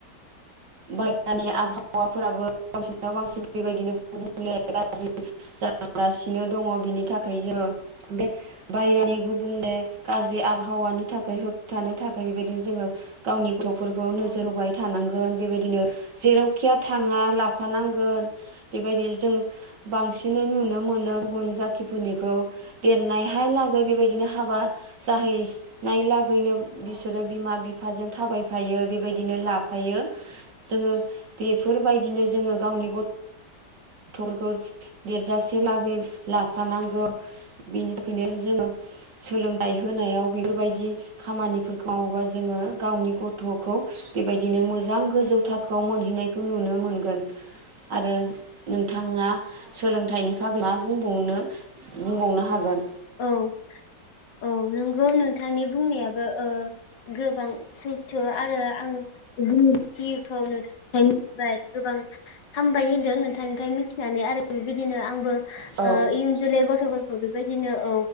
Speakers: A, on the right; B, on the left.
A: बाहेरानि आबहावाफोराबो बांसिनाव बांसिन बेबायदिनो गुबुंले गाज्रि जागासिनो दङ' बिनि थाखाय जोङो बे बायेरानि गुबुंले गाज्रि आबहावानि थाखाय होबथानो थाखाय बेबायदिनो जोङो गावनि गथ'फोरखौ नोजोर होबाय थानांगोन बेबायदिनो जेरावखिया थाङा लाफानां गोन बेबादि जोङो बांसिनै नुनो मोनो गुबुन जाथिनिखौ देरनायहाय लागै बेबायदिनो हाबा जाहै नाय लागैनो बिसोरो बिमा बिफाजों थाबायफायो बेबायदिनो लाफायो। जोङो बेफोरबायदिनो जोङो गावनि गथ' थरखौ देरजासे लागै लाफानांगौ बेनि थाख बिनो जोङो सोलोंथाइ होनायाव बेफोरबायदि खामानिफोरखौ मावोबा जोङो गावनि गथ'खौ बेबायदिनो मोजां गोजौ थाखोआव मोनहैनायखौ नुनो मोन गोन आरो नोंथाङा सोलोंथाइनि बागै मा बुं बुंनो बुंबावनो हागोन।
B: औ औ नंगौ नोंथांनि बुंनायाबो ओह गोबां सैथो आरो आं <unintelligible> गोबां हामबाय होनदों नोंथांनिफ्राय मिथिनानै आरो बेबायदिनो आंबो
A: औ
B: इयुन जोलै गथ'फोरखौ बेबायदिनो औ